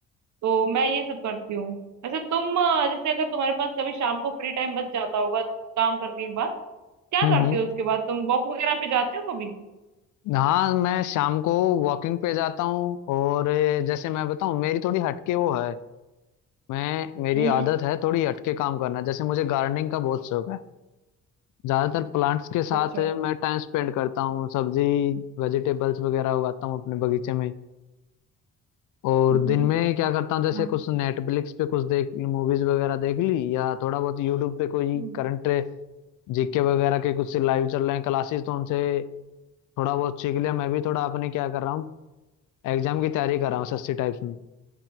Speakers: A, on the right (about 70°); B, on the left (about 80°).
A: तो मैं ये सब करती हूँ वैसे तुम अ, जैसे अगर तुम्हारे पास कभी शाम को फ्री टाइम बच जाता होगा काम करके एक बार क्या
B: हम्म
A: करती
B: हम्म
A: हो उसके बाद तुम वॉक वगैरह पे जाते हो कभी
B: हाँ मैं शाम को वॉकिंग पे जाता हूँ और ए, जैसे मैं बताऊँ मेरी थोड़ी हटके वो है मैं मेरी
A: हम्म
B: आदत है थोड़ी हटके काम करना जैसे मुझे गार्डनिंग का बहुत शौक है ज्यादातर प्लांट्स के साथ
A: अच्छा अच्छा।
B: मैं टाइम स्पेंड करता हूँ सब्जी वेजिटेबल्स वगैरह उगाता हूँ अपने बगीचे में और
A: हम्म
B: दिन में क्या करता हूँ जैसे
A: हाँ,
B: कुछ नेटफ्लिक्स पे कुछ देख मूवीज वगैरह देख ली या थोड़ा बहुत यूट्यूब पे कोई
A: हम्म।
B: करंट जीके वगैरह के कुछ लाइव चल रहे हैं क्लासेस तो उनसे थोड़ा बहुत सीख लिया मैं भी थोड़ा अपने क्या कर रहा हूँ एग्जाम की तैयारी कर रहा हूँ सस्ती टाइप्स में